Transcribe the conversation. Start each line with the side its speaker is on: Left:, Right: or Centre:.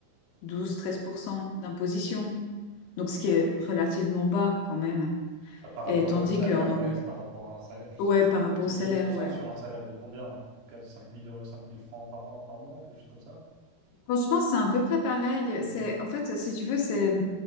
Left: douze treize pour cent d'imposition. Donc, ce qui est relativement bas quand même.
Right: Ah, par
Left: Et
Right: rapport
Left: tandis
Right: au salaire,
Left: qu'en anglais,
Right: ouais, par rapport à un salaire, je sais-
Left: ouais, par rapport
Right: c'est
Left: au salaire,
Right: douze pour cent
Left: ouais.
Right: sur un salaire de combien? quatre- cinq mille euros- cinq mille francs par an, par mois, quelque chose comme ça?
Left: Franchement, c'est à peu près pareil. C'est, en fait, si tu veux, c'est,